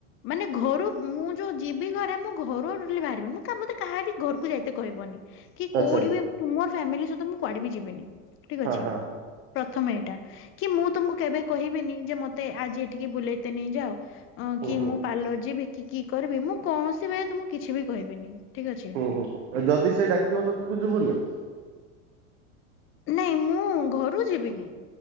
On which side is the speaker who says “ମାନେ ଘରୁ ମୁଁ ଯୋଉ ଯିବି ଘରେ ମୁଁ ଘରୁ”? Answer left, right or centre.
Left